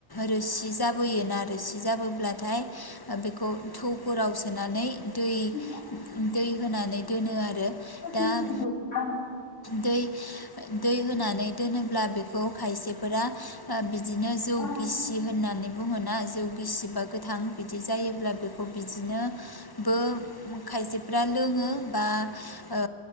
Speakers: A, on the left; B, on the left.
A: रोसि जाबोयोना रोसि जाबोब्लाथाय बेखौ थौ फोराव सोनानै दुइ
B: औ
A: दै होनानै दोनो आरो
B: ओं
A: दा आं
B: ओं अ
A: दै दै होनान नै दोनोब्ला बेखौ खायसे फोरा आ बिदिनो
B: नोंथां
A: जौ गिसि होननानै बुङोना जौ गिसिबा गोथां बिदि जायोब्ला बेखौ बिदिनो बो खायसे फ्रा लोङो बा ओ